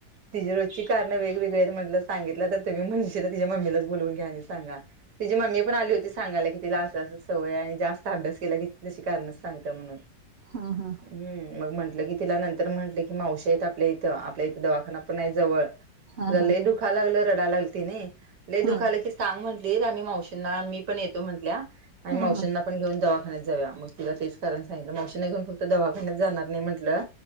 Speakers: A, on the right; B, on the right.
A: तिजी रोजची कारण वेगवेगळी आहेत म्हटलं सांगितलं तर तुम्ही म्हणशीला तिच्या मम्मीला बोलून घ्या आणि सांगा. तिची मम्मी पण आली होती सांगायला. तिला असं असं सवय हाय आणि जास्त अभ्यास केला की तशी कारण सांगत्या म्हणून. <unintelligible>
B: हा हा.
A: हम्म. मग म्हटलं की तिला नंतर म्हटलं की मावशी हायत आपल्या इथं आपल्या इथं दवाखाना पण आहे जवळ तुला
B: हं, हं,
A: लय दुखा लागलं रडा लागली ती ने. लई
B: हं,
A: दुखालं
B: हं,
A: की सांग म्हटलीत आम्ही मावशींना मी पण येतो म्हटल्या आणि
B: हं,
A: मावशींना पण आपण घेऊन दवाखान्यात जावूया मग तिला तेच कारण सांगितलं. मावशीने घेऊन फक्त दवाखान्यात जाणार नाही म्हंटलं